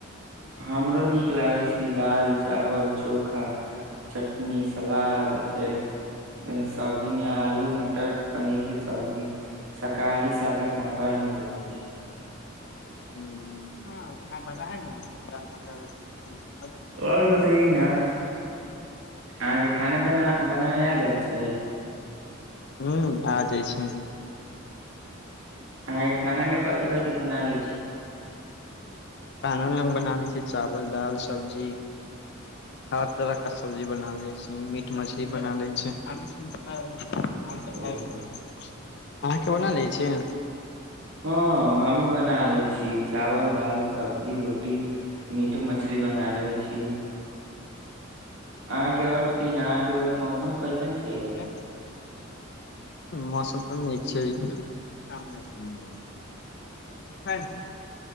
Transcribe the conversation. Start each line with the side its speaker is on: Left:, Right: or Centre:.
Right: हमरो नीक लागै छै दाल चावल चोखा चटनी सलाद फेर सब्जी मे आलू मटर पनीर के सब्जी शाकाहारी सादा खामे बड़ा नीक लागै छैय।
Left: हॅं हँ <unintelligible>
Right: आओर बताइ न अहाँके खाना बना बनाबे आ जात छैय
Left: हु आ जाइ छैय।
Right: आँहां के खाना मे कथि कथि बना लय छी
Left: खानामे हम बना लय छी चावल दाल सब्जी हर तरह के सब्जी बना लय छी मीट मछली बना लय छी <unintelligible> आम
Right: ओ
Left: त <unintelligible> अहाँके बना लै छी
Right: हँ हमहुँ बना लय छी चावल दाल सब्जी रोटी मे मछली बना लेै छी अहाँके और बताई न अहाँके ओरी मौसम कैसन छै आज
Left: ह मौसम तऽ नीक छैय <unintelligible> <unintelligible>